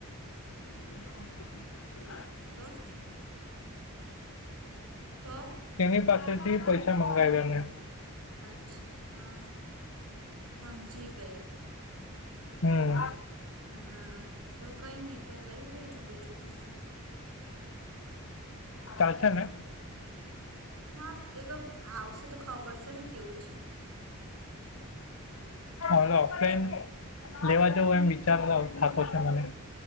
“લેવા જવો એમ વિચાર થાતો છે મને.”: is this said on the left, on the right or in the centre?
Left